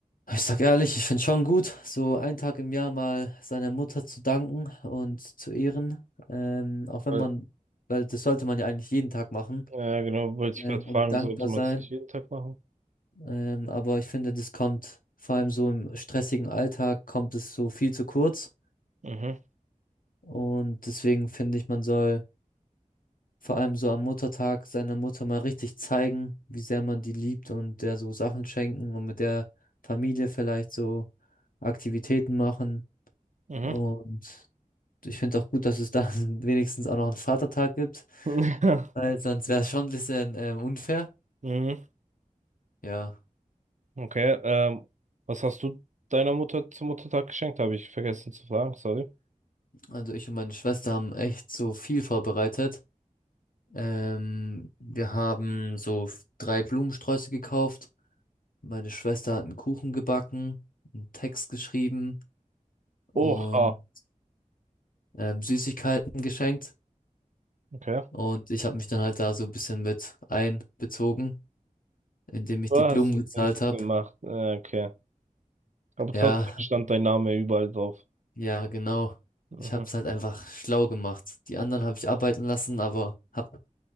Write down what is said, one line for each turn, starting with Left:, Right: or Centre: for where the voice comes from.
Left: Ich sag ehrlich, ich finde schon gut, so einen Tag im Jahr mal seiner Mutter zu danken und zu ehren. Ähm, auch wenn
Right: weil
Left: man, weil das sollte man ja eigentlich jeden Tag machen
Right: Ja, genau, wollte ich
Left: ähm,
Right: gerade
Left: und
Right: fragen,
Left: dankbar
Right: sollte man
Left: sein.
Right: es nicht jeden Tag machen?
Left: Ähm, aber ich finde, das kommt vor allem so im stressigen Alltag, kommt es so viel zu kurz.
Right: Mhm.
Left: Und deswegen finde ich, man soll vor allem so am Muttertag seiner Mutter mal richtig zeigen, wie sehr man die liebt und der so Sachen schenken und mit der Familie vielleicht so Aktivitäten machen.
Right: Mhm.
Left: Und ich finde auch gut, dass es da <laughs> wenigstens auch noch einen Vatertag gibt,
Right: <laughs>
Left: weil sonst wäre es schon ein bisschen ähm, unfair.
Right: Mhm.
Left: Ja,
Right: Okay, ähm, was hast du deiner Mutter zum Muttertag geschenkt? Habe ich vergessen zu fragen, sorry.
Left: also ich und meine Schwester haben echt so viel vorbereitet. Ähm, wir haben so f- drei Blumensträuße gekauft. Meine Schwester hat einen Kuchen gebacken, einen Text geschrieben. und
Right: Oha,
Left: ähm, Süßigkeiten geschenkt.
Right: okay.
Left: Und ich habe mich dann halt da so ein bisschen mit einbezogen, indem ich
Right: Du
Left: die
Right: hast
Left: Blumen gezahlt
Right: nichts
Left: habe.
Right: gemacht, äh, okay. Aber trotzdem
Left: Ja,
Right: stand dein Name überall drauf.
Left: ja, genau.
Right: Mhm.
Left: Ich habe es halt einfach schlau gemacht. Die anderen habe ich arbeiten lassen, aber habe